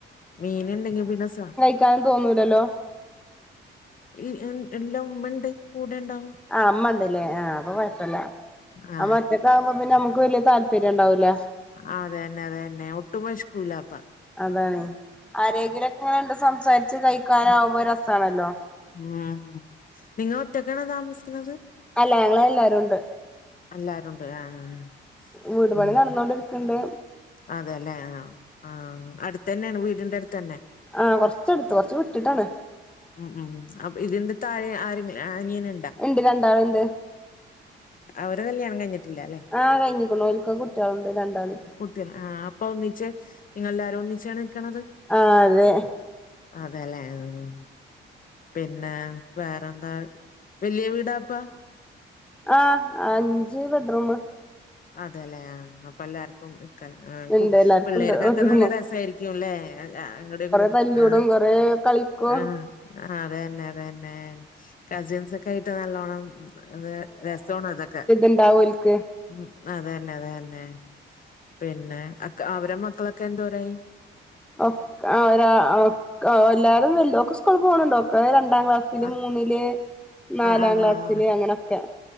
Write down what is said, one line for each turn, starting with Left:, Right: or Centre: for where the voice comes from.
Left: മീനുണ്ടെങ്കി പിന്നെ സ
Centre: ക്കാനും തോന്നൂലല്ലോ
Left: ൽ എൻ ഇല്ല ഉമ്മണ്ട് കൂടെണ്ടാവും
Centre: ആഹ് ഇമ്മണ്ട്ല്ലേ ആഹ് അപ്പൊ കൊഴപ്പല്ല
Left: ആ
Centre: നമ്മ ഒറ്റക്കാവുമ്പോ പിന്നെ നമ്മക്ക് വല്ല്യ താൽ <unintelligible> ഇണ്ടാവൂല
Left: ആഹ് അതെന്നെ അതെന്നെ ഒട്ടും വെശക്കൂലാപ്പോ
Centre: അതാണേ ആരെങ്കിലൊക്കെ ഇങ്ങനെ സംസാരിച്ച് കഴിക്കാനാവുമ്പോ രസണല്ലോ
Left: മ്മ് നിങ്ങള് ഒറ്റക്കാണോ താമസിക്കുന്നത്
Centre: അല്ല ഞങ്ങള് എല്ലാരും ഉണ്ട്
Left: എല്ലാരുണ്ട് ആഹ് ആഹ്
Centre: വീട്
Left: ഉം
Centre: പണി നടന്നോണ്ടിരിക്ക്ണ്ട്
Left: അതെല്ലെ ആഹ് ആഹ് അട്ത്തന്നെയാണ് വീടിന്റെ അട്ത്തെന്നെ
Centre: ആഹ് കൊറച്ചട്ത്ത് കൊറച്ച് വിട്ടിട്ടാണ്
Left: ഉം ഉം അപ്പോ ഇതിന്റെ താഴെ ആരെങ്കി അനിയന്
Centre: ഇണ്ട് രണ്ടാള്ണ്ട്
Left: അവരെ കല്യാണം കഴിഞ്ഞിട്ടില്ല അല്ലെ
Centre: ആഹ് കഴിഞ്ഞ്ക്ക്ണു ഓല്ക്കൊക്കെ കുട്ട്യാള്ണ്ട് രണ്ടാള്
Left: കുട്ട്യാള് ആഹ് അപ്പൊ ഒന്നിച്ച് നിങ്ങളെല്ലാരും ഒന്നിച്ചാണ് നിക്ക്ണത്
Centre: ആഹ് അതെ
Left: അതെല്ലേ ആഹ് പിന്നെ വേറെന്താ വല്ല്യ വീടാപ്പാ
Centre: ആഹ് അഞ്ച് ബെഡ്‌റൂം
Left: അതെല്ലേ ആ അപ്പോ എല്ലാവർക്കും നിക്കാന്നും
Centre: ഇണ്ട് എല്ലാർക്കുണ്ട്
Left: പിള്ളേർക്കൊക്കെ
Centre: ബെഡ്റൂമ്
Left: നല്ല രസായിരിക്കും അല്ലേ അങ്ങടും ഇങ്ങടും
Centre: തല്ലുകൂടും
Left: ആ
Centre: കുറെ കളിക്കും
Left: ആ ആ അതെന്നെ അതെന്നെ കസിൻസോക്കെ ആയിട്ട് നല്ലോണം അത് രസാണ് അതൊക്കെ
Centre: ഉണ്ടാകും ഓൽക്ക്
Left: ഉം അതന്നെ അതന്നെ പിന്നെ അക്ക അവരെ മക്കളൊക്കെ എന്തോരായി
Centre: ഒക്ക് ആ ഒരാ ഒക്ക് എല്ലാരും വൽ ഓക്ക് സ്കൂളിൽ പോവാണുണ്ട് ഒക്ക് കുറെ രണ്ടാം ക്ലാസ്സില്
Left: ആ
Centre: മൂന്നില് നാലാം
Left: ആ ആ
Centre: ക്ലാസ്സില്
Left: ആ.
Centre: അങ്ങനൊക്കെ